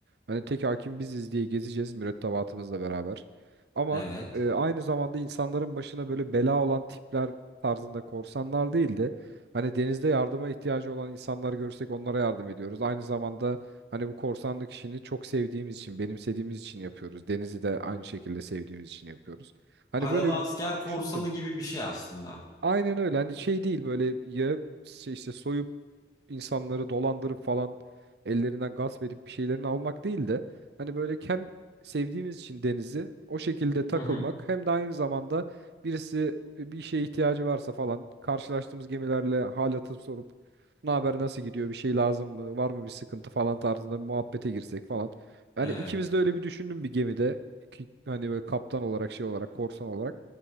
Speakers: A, on the right (about 65°); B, on the left (about 20°).
A: Hani tek hakim biziz diye gezeceğiz mürettebatımızla beraber. Ama
B: Evet.
A: e, aynı zamanda insanların başına böyle bela olan tipler tarzında korsanlar değil de Hani denizde yardıma ihtiyacı olan insanlar görsek onlara yardım ediyoruz. Aynı zamanda hani bu korsanlık işini çok sevdiğimiz için, benimsediğimiz için yapıyoruz. Denizi de aynı şekilde sevdiğimiz için yapıyoruz. Hani
B: Paralı
A: böyle bir
B: asker korsanı
A: düşündüm.
B: gibi bir şey aslında.
A: Aynen öyle. Hani şey değil böyle ya şey işte soyup insanları dolandırıp falan ellerinden gasp edip bir şeylerini almak değil de hani böyle hem sevdiğimiz için denizi o şekilde takılmak
B: Hı hı.
A: hem de aynı zamanda birisi e, bir şeye ihtiyacı varsa falan karşılaştığımız gemilerle hal atıp sorup ne haber nasıl gidiyor bir şey lazım mı var mı bir sıkıntı falan tarzında bir muhabbete girsek falan. Yani
B: Evet.
A: ikimiz de öyle bir düşündüm bir gemide ki hani böyle kaptan olarak şey olarak korsan olarak.